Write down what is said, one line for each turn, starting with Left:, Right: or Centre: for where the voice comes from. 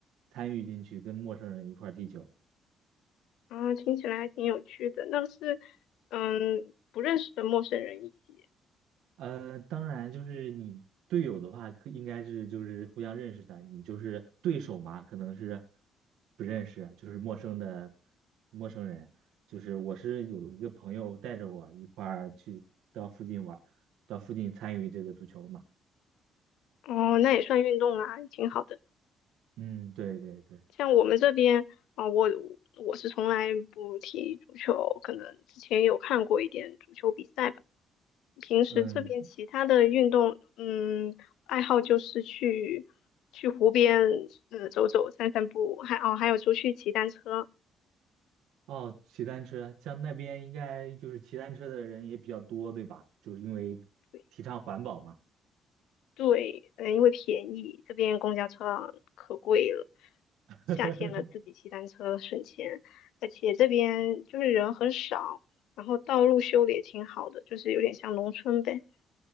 Right: 参与进去，跟陌生人一块儿踢球。
Left: 啊，听起来还挺有趣的。那是嗯不认识的陌生人一起，
Right: 呃，当然就是你队友的话，可应该是就是互相认识的。你就是对手嘛，可能是不认识，就是陌生的陌生人。就是我是有一个朋友带着我一块儿去到附近玩儿到附近参与这个足球嘛。
Left: 哦，那也算运动啊，也挺好的。
Right: 嗯，对对对，
Left: 像我们这边啊、我我是从来不踢足球，可能之前有看过一点足球比赛吧。平时这边其他的运动，
Right: 嗯，
Left: 嗯，爱好就是去去湖边，呃，走走、散散步，还哦，还有出去骑单车。
Right: 哦，骑单车，像那边应该就是骑单车的人也比较多，对吧？就是因为提倡环保嘛。
Left: 对。对，嗯，因为便宜，这边公交车啊可贵了。
Right: <laughs>
Left: 夏天了，自己骑单车省钱，而且这边就是人很少，然后道路修的也挺好的，就是有点像农村呗。